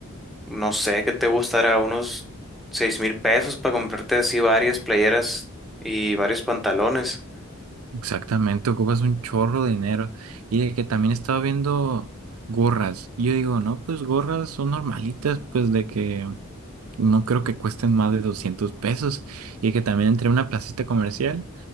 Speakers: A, in the centre; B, on the right.
A: no sé, que te gustará unos seis mil pesos para comprarte así varias playeras y varios pantalones.
B: Exactamente, ocupas un chorro de dinero. Y de que también estaba viendo gorras. Y yo digo, no, pues gorras son normalitas, pues de que. No creo que cuesten más de 200 pesos. Y que también entré a una placita comercial